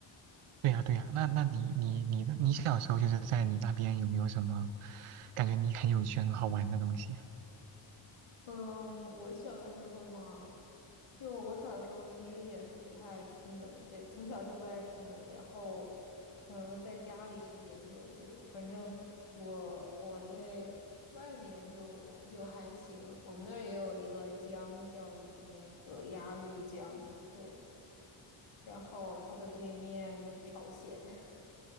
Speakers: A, on the right; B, on the left.
A: 对呀，对呀，那那你你你的你小时候就是在你那边有没有什么感觉你很有趣、很好玩的东西
B: 嗯，我小的时候嘛，就我小的时候其实也是不太爱出门，对，从小就不爱出门，然后可能在家里时间比较多。反正我我对外面就就还行，我们那儿也有一个江叫那个鸭绿江，对，然后它的对面就是朝鲜。<laughs>